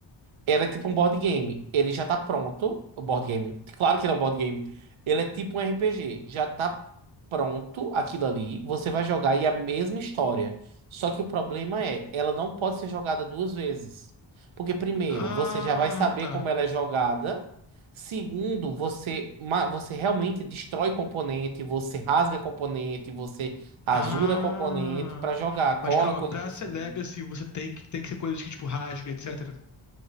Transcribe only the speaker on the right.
Ela é tipo um board game. Ele já tá pronto. O board game. Claro que não é um board game. Ele é tipo um RPG. Já tá pronto aquilo ali. Você vai jogar e é a mesma história. Só que o problema é, ela não pode ser jogada duas vezes. Porque, primeiro,
você já vai saber
como ela é jogada. Segundo, você, ma- você realmente destrói componente, você rasga componente, você rasura
componente para jogar, cola
coisa
por
cima.